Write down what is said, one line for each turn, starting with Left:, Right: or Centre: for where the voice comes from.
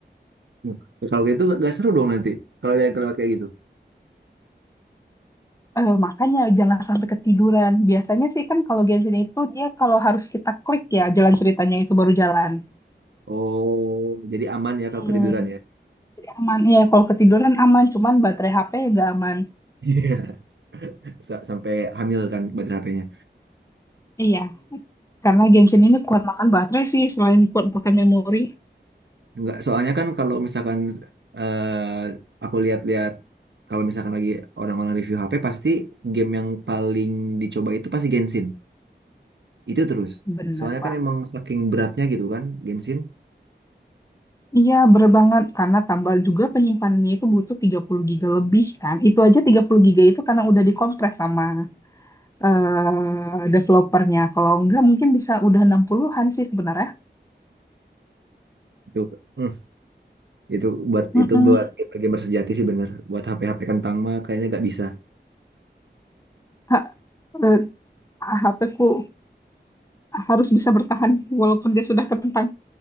Right: Nah, Kalau gitu gak seru dong nanti. Kalau ada yang kelewat kayak gitu.
Left: Eh, makanya jangan sampai ketiduran. Biasanya sih kan kalau Genshin itu dia kalau harus kita klik ya jalan ceritanya itu baru jalan.
Right: Oh, jadi aman ya kalau
Left: Hmm,
Right: ketiduran ya.
Left: jadi aman. Ya kalau ketiduran aman, cuman baterai HP nggak aman.
Right: Iya. Sa- Sampai hamil kan baterai HP-nya.
Left: Iya, karena Genshin ini kuat makan baterai sih selain kuat makan memori.
Right: Enggak, soalnya kan kalau misalkan eh, aku lihat-lihat kalau misalkan lagi orang-orang review HP pasti game yang paling dicoba itu pasti Genshin. Itu terus.
Left: Bener,
Right: Soalnya
Left: Pak.
Right: kan emang saking beratnya gitu kan Genshin.
Left: Iya, bener banget. Karena tambal juga penyimpanannya itu butuh 30 giga lebih kan. Itu aja 30 giga itu karena udah dikompres sama eh, developernya. Kalau enggak mungkin bisa udah 60-an sih sebenarnya.
Right: Itu hmm, itu buat
Left: Mm-mm.
Right: itu buat gamer sejati sih bener. Buat HP-HP kentang mah kayaknya nggak bisa.
Left: Ha- eh, HP ku harus bisa bertahan walaupun dia sudah kentang.